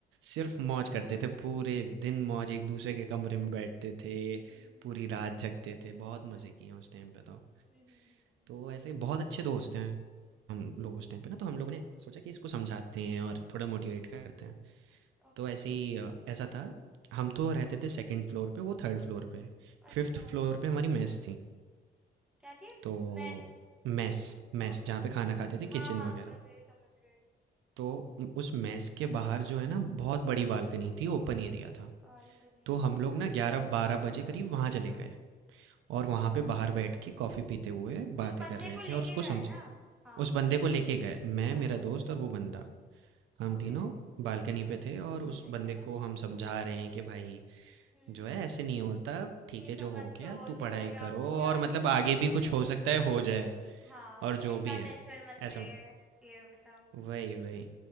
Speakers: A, on the right (about 85°); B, in the centre.
A: सिर्फ मौज करते थे पूरे दिन मौज एक दूसरे के कमरे में बैठते थे
B: हम्म
A: पूरी रात जगते थे बहुत
B: हम्म
A: मज़े किए हैं उस टाइम पे तो
B: हम्म हम्म हम्म
A: तो ऐसे बहुत अच्छे दोस्त हैं हम लोग उस टाइम पे ना तो हम लोगों ने सोचा कि इसको समझाते हैं और थोड़ा मोटिवेट करते हैं
B: ओके
A: तो ऐसे ही अ, ऐसा था हम तो रहते थे सेकंड फ्लोर पे वो थर्ड फ्लोर पे
B: अच्छा
A: फिफ्थ फ्लोर पे हमारी मेस थी
B: क्या थी
A: तो
B: मेस
A: मेस मेस
B: Okay
A: जहाँ
B: okay
A: पे खाना
B: okay
A: खाते थे
B: हाँ
A: किचन
B: हाँ
A: वगैरह
B: समझ गई समझ गई
A: तो उ- उस मेस के बाहर जो है ना बहुत बड़ी बालकनी थी ओपन एरिया था
B: बालकनी
A: तो
B: थे
A: हम लोग ना ग्यारह बारह बजे करीब वहाँ चले गए और वहाँ पे बाहर बैठ के कॉफ़ी पीते हुए बातें
B: उस बंदे
A: कर रहे
B: को लेके
A: थे और उसको
B: गए
A: समझे
B: ना हाँ
A: उस बंदे
B: हाँ
A: को लेके गए मैं
B: हाँ
A: मेरा दोस्त और वो बंदा हम
B: ओके
A: तीनों बालकनी पे थे और उस
B: ठीक
A: बंदे
B: है
A: को हम समझा रहे हैं कि भाई
B: हम्म
A: जो है ऐसे नहीं होता ठीक
B: ये
A: है
B: सब
A: जो
B: मत
A: हो गया
B: सोच
A: तू
B: जो
A: पढ़ाई
B: हो गया
A: करो
B: वो हो
A: और
B: गया
A: मतलब
B: तू पढ़ाई
A: आगे
B: कर
A: भी कुछ हो सकता है हो जाए
B: हाँ
A: और जो
B: इतना
A: भी है
B: टेंशन मत ले
A: ऐसा
B: ये सब
A: वही वही